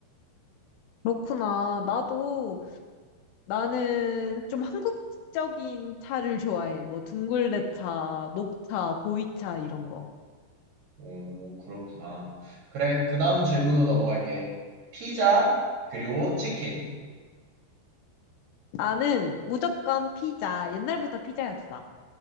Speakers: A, on the left; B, on the right.
A: 그렇구나. 나도 나는 좀 한국적인 차를 좋아해. 뭐 둥글레차, 녹차, 보이차 이런 거.
B: 오, 그렇구나. 그래, 그 다음 질문으로 넘어갈게. 피자, 그리고 치킨.
A: 나는 무조건 피자. 옛날부터 피자였어.